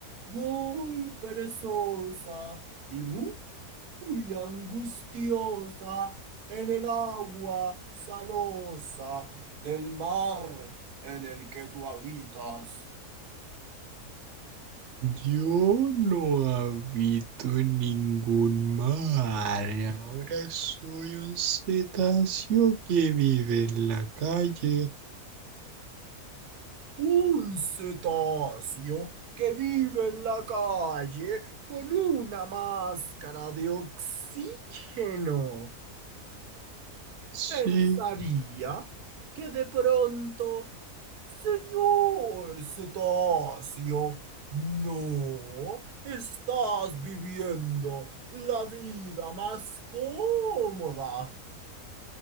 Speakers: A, on the right (about 75°); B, on the right (about 55°).
A: muy perezosa y muy angustiosa en el agua salosa del mar en el que tú habitas.
B: Yo no habito en ningún mar. Ahora soy un cetáceo que vive en la calle.
A: Un cetáceo que vive en la calle con una máscara de oxígeno.
B: Sí,
A: Pensaría que de pronto, señor cetáceo, no estás viviendo la vida más cómoda.